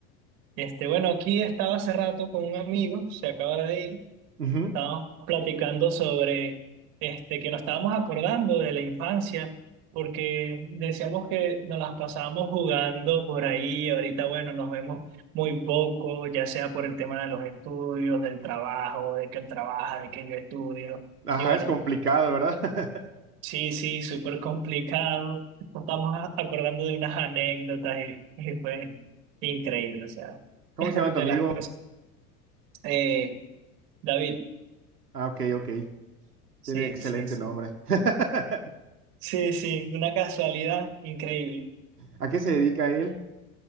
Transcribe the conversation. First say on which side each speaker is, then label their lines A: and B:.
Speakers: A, on the right (about 50°); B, on the right (about 80°).
A: Este, bueno, aquí estaba hace rato con un amigo, se acaba de ir.
B: Ujú.
A: Estábamos platicando sobre este, que nos estábamos acordando de la infancia, porque decíamos que nos las pasábamos jugando por ahí. Ahorita, bueno, nos vemos muy poco, ya sea por el tema de los estudios, del trabajo, de que él trabaja, de que yo estudio.
B: Ajá,
A: Y bueno,
B: es complicado, ¿verdad? <laughs>
A: Sí, sí, súper complicado. Nos estamos a- acordando de unas anécdotas y, y fue increíble, o sea,
B: ¿Cómo
A: <laughs>
B: se llama
A: de
B: tu amigo?
A: las cosas. Eh, David,
B: Ah, ok, ok.
A: sí,
B: Tiene excelente
A: sí, sí.
B: nombre. <laughs>
A: Sí, sí, una casualidad increíble.
B: ¿A qué se dedica él?